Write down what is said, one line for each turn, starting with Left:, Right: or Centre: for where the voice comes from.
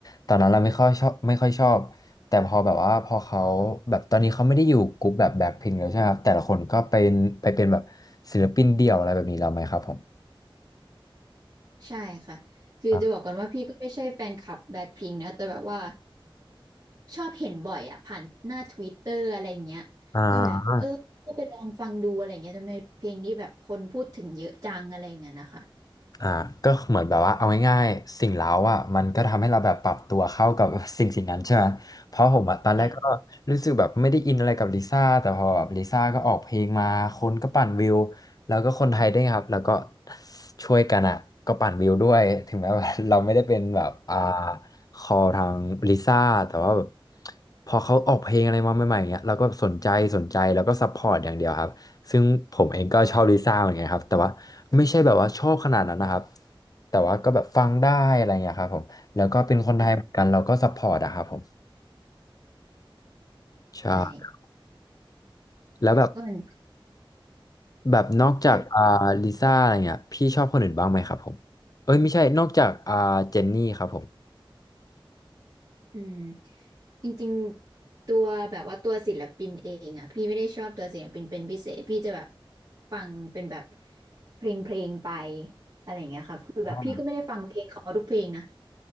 Left: ตอนนั้นเราไม่ค่อยชอบไม่ค่อยชอบแต่พอแบบว่าพอเขาแบบตอนนี้เขาไม่ได้อยู่กลุ่มแบบแบ็คพิงแล้วใช่ไหมครับแต่ละคนก็เป็นไปเป็นแบบศิลปินเดี่ยวอะไรแบบนี้แล้วไหมครับผม
Right: <laughs> ใช่ค่ะคือจะบอกก่อนว่าพี่ก็ไม่ใช่แฟนคลับแบล็คพิงค์นะแต่แบบว่า
Left: อ่า
Right: ชอบเห็นบ่อยอะผ่านหน้าทวิตเตอร์อะไรเงี้ย
Left: อ่า
Right: ก็แบบเออก็ไปลองฟังดูอะไรเงี้ยทำไมเพลงนี้แบบคนพูดถึงเยอะจังอะไรเงี้ยนะคะ
Left: อ่าก็เหมือนแบบว่าเอาง่ายๆสิ่งเร้าอ่ะมันก็ทำให้เราแบบปรับตัวเข้ากับ <laughs> สิ่งสิ่งนั้นใช่ไหมเพราะผมอ่ะตอนแรกก็รู้สึกแบบไม่ได้อินอะไรกับลิซ่าแต่พอแบบลิซ่าก็ออกเพลงมาคนก็ปั่นวิว
Right: จะ
Left: แล้วก็คนไทยด้วยครับแล้วก็ช่วยกันอ่ะก็ปั่นวิวด้วยถึงแม้ว่า <laughs> เราไม่ได้เป็นแบบอ่าคอทางลิซ่าแต่ว่าแบบพอเขาออกเพลงอะไรมาใหม่ๆเงี้ยเราก็สนใจสนใจแล้วก็ซัพพอร์ตอย่างเดียวครับ ซึ่งผมเองก็ชอบลิซ่าเหมือนกันครับแต่ว่าไม่ใช่แบบว่าชอบขนาดนั้นนะครับแต่ว่าก็แบบฟังได้อะไรเงี้ยครับผมแล้วก็เป็นคนไทยเหมือนกันเราก็ซัพพอร์ตอะครับผม
Right: เข้า
Left: ใช่
Right: ใจ
Left: แล้วแบบ
Right: ก็มัน
Left: แบบนอกจากอ่าลิซ่าอะไรเงี้ยพี่ชอบคนอื่นบ้างไหมครับผมเอ้ยไม่ใช่นอกจากอ่าเจนนี่ครับผม
Right: ช่วยอืมจริงๆตัวแบบว่าตัวศิลปินเองอะพี่ไม่ได้ชอบตัวศิลปินเป็นพิเศษพี่จะแบบฟังเป็นแบบเพลงเพลงไปอะไรเงี้ยค่ะคือแบบพี่ก็ไม่ได้ฟังเพลงเขาทุกเพลงนะ
Left: อ